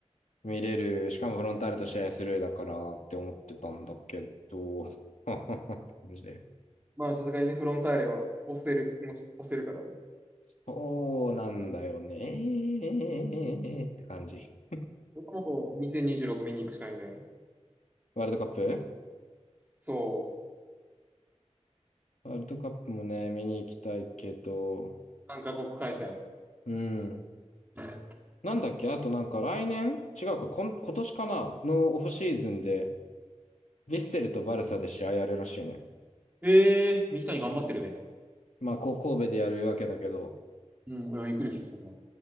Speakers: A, on the left; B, on the right.
A: 見れる、しかもフロンターレと試合するだからって思ってたんだけど、<laughs> って感じで。
B: まあ、さすがにね、フロンターレは押せる、押せるからね。
A: そうなんだよねって感じ。
B: それはもう2026見に行くしかないんじゃない
A: ワールドカップ
B: そう。
A: ワールドカップもね、見に行きたいけど、
B: 3カ国開催。
A: うん。
B: <laughs>
A: なんだっけあとなんか来年違うか、こん、今年かなのオフシーズンで、ヴィッセルとバルサで試合やるらしいね。
B: ええー、三木谷頑張ってるね。
A: まあ、こう神戸でやるわけだけど、
B: うん、いや行くでしょ、そんなの。